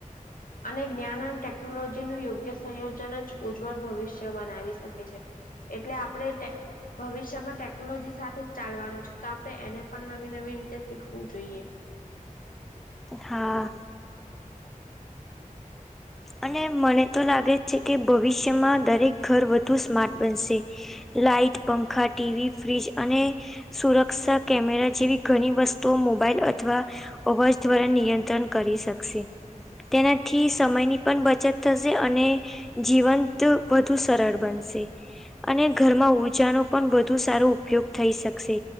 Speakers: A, on the left (about 80°); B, in the centre.
A: અને જ્ઞાન અને ટેકનોલોજીનું યોગ્ય સંયોજન જ ઉજ્જવળ ભવિષ્ય બનાવી શકે છે. એટલે આપડે ટે ભવિષ્યમાં ટેકનોલોજી સાથે જ ચાલવાનું છે તો આપડે એને પણ નવી નવી રીતે શીખવું જોઈએ.
B: હા. અને મને તો લાગે છે કે ભવિષ્યમાં દરેક ઘર વધુ સ્માર્ટ બનશે. લાઈટ, પંખા, ટીવી, ફ્રીજ, અને સુરક્ષા કેમેરા જેવી ઘણી વસ્તુઓ મોબાઈલ અથવા અવાજ દ્વારા નિયંત્રણ કરી શકશે તેનાથી સમયની પણ બચત થશે અને જીવંત વધુ સરળ બનશે. અને ઘરમાં ઊર્જાનો પણ વધું સારો ઉપયોગ થઈ શકશે.